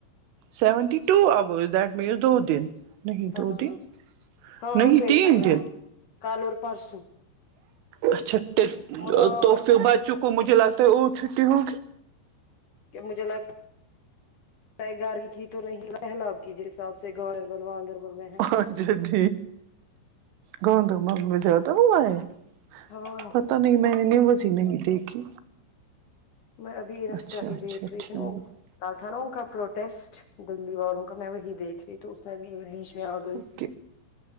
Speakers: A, on the right (about 85°); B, on the left (about 55°).
A: seventy two that means دو دن نہیں
B: ہاں
A: دو دن
B: ہاں
A: نہیں
B: ٹوین-
A: تین
B: ہاں،
A: دن
B: کل اور پرسوں
A: اچھا تل
B: اور آج
A: توفو
B: بھی
A: بچوں کو مجے لگتا ا چھٹٹی ہ
B: کہ مجھے لگتا پ گاری کی تو نہیں سیلاب کی جس حساب سے گربلدربل میں ہے
A: اں ج ج گوتک مند میں زیادہ ہوا ہے <unintelligible>
B: ہاں
A: پتہ نہیں میں نے وزی نہیں دیکھی
B: میں ابھی انسٹہ
A: اچھا
B: ہی
A: اچھا
B: دیکھ رہی
A: ٹھیک
B: تھی وہ تھا نا کا پروٹیسٹ دلی والوں کا میں وہی دیکھ رہی تو اس میں بھی بیچ میں آ گئی
A: اوک